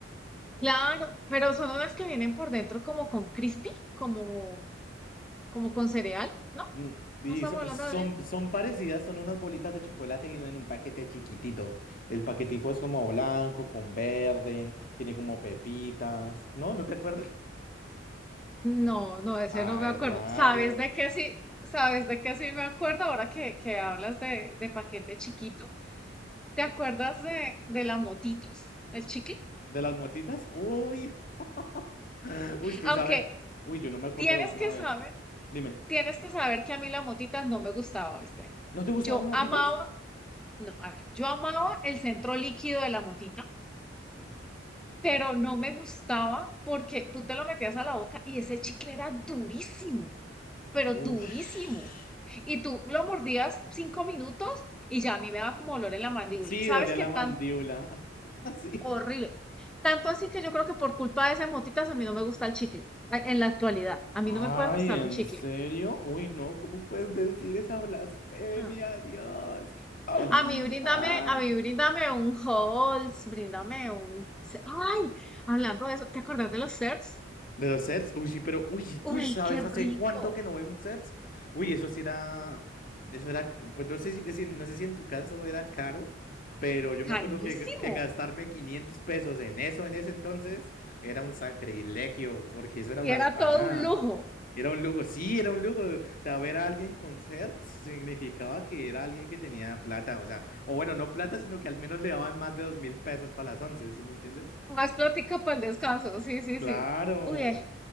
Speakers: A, in the centre; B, on the left.
A: Claro, pero son unas que vienen por dentro como con crispy, como, como con cereal, ¿no?
B: Mm, Y
A: ¿No estamos
B: so-
A: hablando
B: son,
A: de lo mismo?
B: son parecidas, son unas bolitas de chocolate que vienen en un paquete chiquitito. El paquetico es como blanco, con verde, tiene como pepitas. ¿No? ¿No te acuerdas?
A: No, no, de ese
B: Ay,
A: no me acuerdo.
B: rayos.
A: ¿Sabes de qué sí? ¿Sabes de qué sí me acuerdo ahora que, que hablas de, de paquete chiquito? ¿Te acuerdas de, de la motitos, del chicle?
B: ¿De las motitas? Uy, <gasps> <laughs> uy, tú
A: Aunque
B: sabes. Uy, yo no me acuerdo
A: tienes
B: la última
A: que
B: vez.
A: saber,
B: Dime,
A: tienes que saber que a mí la motita no me gustaba, ¿viste?
B: ¿no te gustaban
A: Yo
B: las motitas?
A: amaba No, a ver, yo amaba el centro líquido de la motita, pero no me gustaba porque tú te lo metías a la boca y ese chicle era durísimo, pero durísimo.
B: Ush.
A: Y tú lo mordías cinco minutos y ya a mí me daba como olor en la mandíbula.
B: Sí,
A: ¿Sabes
B: dolía
A: qué
B: la
A: tan
B: mandíbula. <laughs> Sí.
A: horrible? Tanto así que yo creo que por culpa de esas motitas a mí no me gusta el chicle. ay, En la actualidad, a mí
B: Ay,
A: no me puede gustar
B: ¿en
A: un chicle.
B: serio? Uy, no, ¿cómo puedes decir esa blasfemia,
A: Ah,
B: Dios? Ah,
A: A mí bríndame,
B: ah.
A: a mí bríndame un Halls, bríndame un... ce- Ay, hablando de eso, ¿te acordás de los CERS?
B: De los CERFs, uy, sí, pero, uy,
A: Uy,
B: uy, ¿sabes
A: qué rico,
B: hace cuánto que no veo un CERFs? Uy, eso sí era, eso era, pues no sé si, si- no sé si en tu caso era caro, pero yo me
A: carísimo.
B: acuerdo que, que gastarme 500 pesos en eso en ese entonces era un sacrilegio, porque eso era
A: Y
B: una
A: era
B: empanada,
A: todo un lujo.
B: era un lujo, sí, era un lujo, o sea, ver a alguien con CERFs significaba que era alguien que tenía plata, o sea, o bueno, no plata, sino que al menos le daban más de dos mil pesos para las once, ¿sí me entiendes?
A: Más plática para el descanso, sí, sí,
B: Claro.
A: sí. Uy, eh,